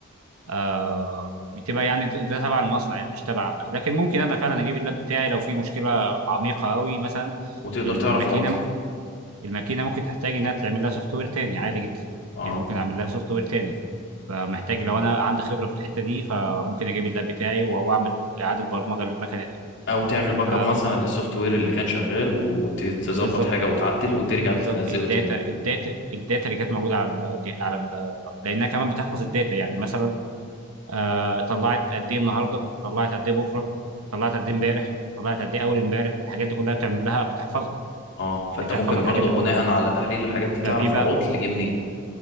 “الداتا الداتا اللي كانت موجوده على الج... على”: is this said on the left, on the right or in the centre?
Right